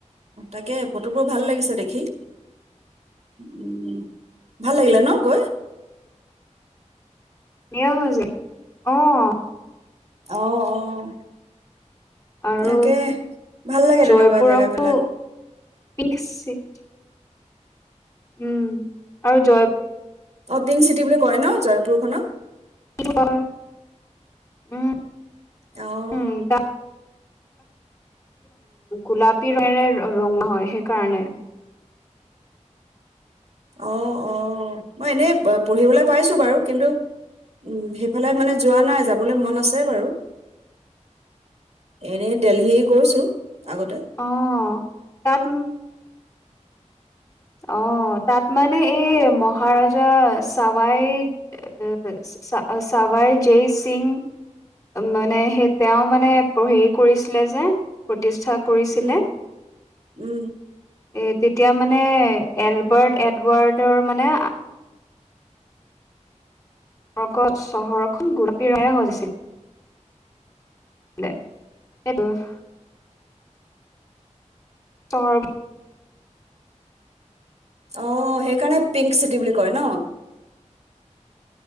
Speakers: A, on the right; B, on the left.
A: তাকে ফটোবোৰ ভাল লাগিছে দেখি। উম ভাল লাগিলে ন গৈ।
B: নিয়া হৈছে, অ'
A: অ' অ'।
B: আৰু
A: তাকে ভাল লাগে তেনেকুৱা
B: জয়পুৰকো
A: জেগা বিলাক
B: পিংক চি <unintelligible> উম, আৰু জয়
A: অ' পিংক চিটি বুলি কয় ন জয়পুৰখনক।
B: কয় উম
A: অঁ
B: উম তা <unintelligible> গোলাপী ৰঙেৰে ৰঙা হয়, সেইকাৰণে
A: অ' অ' মই এনেই পঢ়িবলৈ পাইছো বাৰু কিন্তু উম, সেইফালে মানে যোৱা নাই যাবলৈ মন আছে বাৰু এনেই দিল্লী গৈছো আগতে।
B: অ' তাত অ, তাত মানে এই মহাৰজা চাৱাই <unintelligible> চাবাই জয় চিং মানে সেই তেওঁ মানে হেৰি কৰিছিলে যে প্ৰতিষ্ঠা কৰিছিলে
A: উম,
B: এ
A: উম,
B: তেতিয়া মানে এলবাৰ্ট এডৱাৰ্টৰ মানে <unintelligible> চহৰখন গোলোপী ৰঙৰে হৈ গৈছিল। <unintelligible> চহৰ
A: অ, সেইকাৰণে পিংক চিটি বুলি কয় ন?